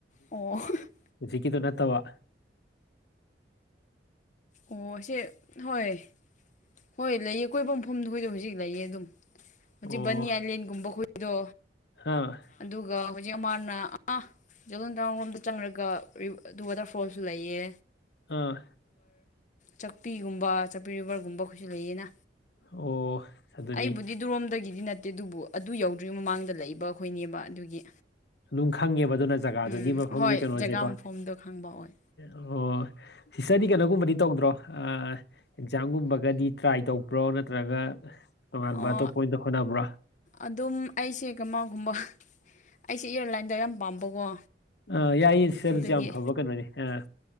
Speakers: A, on the left; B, on the left.
A: ꯑꯣ <unintelligible>
B: ꯍꯨꯖꯤꯛꯀꯤꯗꯣ ꯅꯠꯇꯕ
A: ꯑꯣ ꯁꯦ ꯍꯣꯏ ꯍꯣꯏ ꯂꯩꯌꯦ ꯀꯣꯏꯕ ꯃꯐꯝꯗꯣ ꯍꯧꯖꯤꯛ ꯂꯩꯌꯦ ꯑꯗꯨꯝ ꯍꯧꯖꯤꯛ
B: ꯑꯣ
A: ꯕꯅꯤ ꯑꯥꯏꯂꯦꯟꯒꯨꯝꯕ ꯈꯣꯏꯗꯣ
B: ꯑꯥ
A: ꯑꯗꯨꯒ ꯖꯤꯛ ꯑꯃꯥꯅ ꯑꯥ ꯖꯒꯟꯗꯥꯥꯎꯟꯔꯣꯝꯗ ꯆꯪꯔꯒ ꯑꯗꯨ ꯋꯥꯇꯔꯐꯣꯜꯁꯨ ꯂꯩꯌꯦ
B: ꯑꯥ
A: ꯆꯛꯄꯤꯒꯨꯝꯕ ꯆꯛꯄꯤ ꯔꯤꯚꯔꯒꯨꯝꯕꯈꯣꯏꯁꯨ ꯂꯩꯌꯦꯅ
B: ꯑꯣ ꯑꯗꯨꯗꯤ
A: ꯑꯩꯕꯨꯗꯤ ꯗꯨꯔꯣꯝꯗꯒꯤꯗꯤ ꯅꯠ ꯇꯦ ꯑꯗꯨꯕꯨ ꯑꯗꯨ ꯌꯧꯗ꯭ꯔꯤ ꯃꯃꯥꯡꯗ ꯂꯩꯕ ꯑꯩꯈꯣꯏꯅꯦꯕ ꯑꯗꯨꯒꯤ
B: ꯑꯗꯨꯝ ꯈꯪꯉꯦꯕ ꯑꯗꯨꯅ ꯖꯒꯥꯗꯨꯒꯤ
A: ꯎꯝ
B: ꯃꯐꯝꯒꯤ
A: ꯍꯣꯏ
B: ꯀꯩꯅꯣꯖꯦꯀꯣ
A: ꯖꯒꯥ ꯃꯐꯝꯗꯣ ꯈꯪꯕ ꯑꯣꯏ
B: ꯑꯣ ꯁꯤꯁꯇꯔꯗꯤ ꯀꯅꯣꯒꯨꯝꯕꯗꯤ ꯇꯧꯗ꯭ꯔꯣ ꯑꯥ ꯑꯦꯛꯖꯥꯝꯒꯨꯝꯕꯒꯗꯤ ꯇ꯭ꯔꯥꯏ ꯇꯧꯕ꯭ꯔꯣ ꯅꯠꯇ꯭ꯔꯒ ꯇꯣꯉꯥꯟꯕ
A: ꯑꯣ
B: ꯑꯇꯣꯞꯄ ꯑꯣꯏꯅ ꯍꯣꯠꯅꯕ꯭ꯔꯣ
A: ꯑꯗꯨꯝ ꯑꯩꯁꯦ ꯀꯃꯥꯒꯨꯝꯕ ꯑꯩꯁꯦ ꯏꯌꯔꯂꯥꯏꯟꯗ ꯌꯥꯝ ꯄꯥꯝꯕꯀꯣ
B: ꯑ ꯌꯥꯏꯌꯦ ꯁꯤꯁꯇꯔ
A: ꯑꯗꯨꯒꯤ
B: ꯑꯗꯨꯁꯨ ꯌꯥꯝ ꯐꯕ ꯀꯩꯅꯣꯅꯤ ꯑꯥ